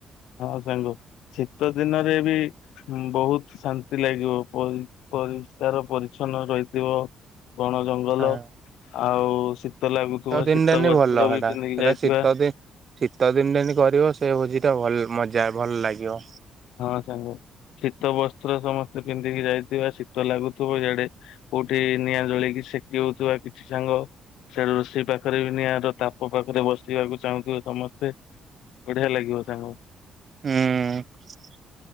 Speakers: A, on the left; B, on the right.
A: ହଁ ସାଙ୍ଗ ଶୀତ ଦିନରେ ବି ବହୁତ ଶାନ୍ତି ଲାଗିବ ପରି ପରିଷ୍କାର ପରିଚ୍ଛନ୍ନ ରହିଥିବ। ବଣ ଜଙ୍ଗଲ।
B: ହଁ
A: ଆଉ ଶୀତ ଲାଗୁଥିବ
B: ଦିନଟାନି
A: ଶୀତ ବସ୍ତ୍ର
B: ଭଲ ହେଟା
A: ବି ପିନ୍ଧିକି
B: ସେଟା
A: ଯାଇଥିବା।
B: ଶୀତ ଦିନ ଶୀତ ଦିନରେନ କରିବ ସେ ଭୋଜି ଟା ଭଲ ମଜା ଭଲ ଲାଗିବ।
A: ହଁ ସାଙ୍ଗ ଶୀତ ବସ୍ତ୍ର ସମସ୍ତେ ପିନ୍ଧିକି ଯାଇଥିବା ଶୀତ ଲାଗୁଥିବ ୟାଡେ କୋଉଠି ନିଆଁ ଜଳେଇିକି ସେକି ହଉଥିବା କିଛି ସାଙ୍ଗ। ସେ ରୋଷେଇ ପାଖରେ ବି ନିଆଁର ତାପ ପାଖରେ ବସିବାକୁ ଚାହୁଁଥିବେ ସମସ୍ତେ। ବଢିଆ ଲାଗିବ ସାଙ୍ଗ।
B: ହୁଁ।